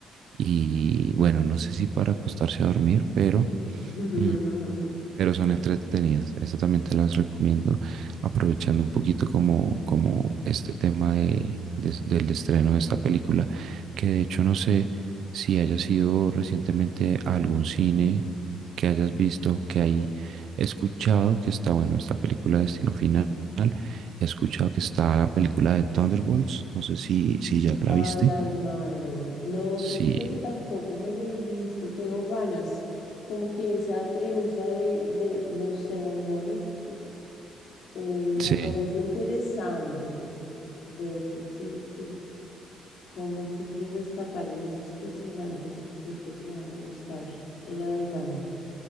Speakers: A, on the right (about 70°); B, on the left (about 70°).
A: Y bueno, no sé si para acostarse a dormir, pero...
B: <laughs>
A: Mm pero son entretenidas. Esta también te las recomiendo, aprovechando un poquito como, como este tema de, de- del estreno de esta película, que de hecho no sé si haya sido recientemente a algún cine que hayas visto, que hay escuchado que está, bueno, esta película Destino Final, he escuchado que está la película de Thunderbolts, no sé si, si ya la
B: Ah,
A: viste.
B: la de Marvel. No,
A: Sí,
B: fíjate que tampoco me la he visto. Tengo ganas. Como que esa premisa de, de los segundones <laughs> eh,
A: sí,
B: me parece interesante, como ver qué, qué, cómo fue que rescataron esos personajes y qué es lo que van a mostrar en adelante.